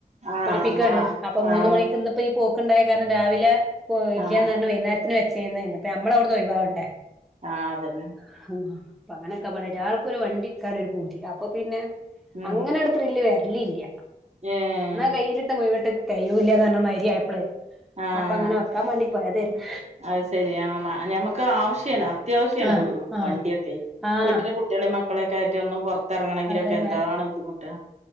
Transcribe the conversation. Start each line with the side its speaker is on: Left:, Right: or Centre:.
Right: ആഹ്
Centre: പഠിപ്പിക്കയാണ് അപ്പൊ മൂന്ന
Right: ആഹ്
Centre: മണിക്ക് ഇന്നിപ്പോ പോക്ക് ഉണ്ടായ കാരണം രാവിലെ ഇല്ലെന്ന്
Right: ആഹ്
Centre: പറഞ്ഞ വൈകുന്നേരത്തിന് വെ ചെയ്യുന്നതിന്നെ ഇപ്പ നമ്മൾ അവിടുന്ന് ഒഴിവാവണ്ടേ
Right: ആ അതന്നെ
Centre: ആ അപ്പൊ അങ്ങനൊക്കെള ഒരാൾക്കൊരു വണ്ടി ഒരു പൂതി അപ്പൊ പിന്നെ
Right: ഉം
Centre: അങ്ങനൊരു ത്രില്ല് വരൽ ഇല്ല
Right: ഏഹ്
Centre: എന്നാ കയ്യിലിട്ട മുവിട്ട് തൈയൂല്ലന്ന് പറഞ്ഞാൽ മരിയപ്പളേ
Right: ആഹ്
Centre: അപ്പ അങ്ങനെ വെയ്ക്കാൻ വേണ്ടി പോയതെരുന്ന
Right: അത് ശരി ആമ ഞമ്മൾക്ക് ആവശ്യണ് അത്യാവശ്യാണ്
Centre: ആഹ് ആഹ്
Right: വണ്ടിയൊക്കെ
Centre: ആഹ്
Right: വീട്ടിലെ കുട്ടിളെ മക്കളൊക്കെ ആയിട്ട് ഒന്ന് പുറത്തിറങ്ങണങ്കിൽ
Centre: അതന്നെ
Right: ഒക്കെ എന്താണ് ബുദ്ധിമുട്ട്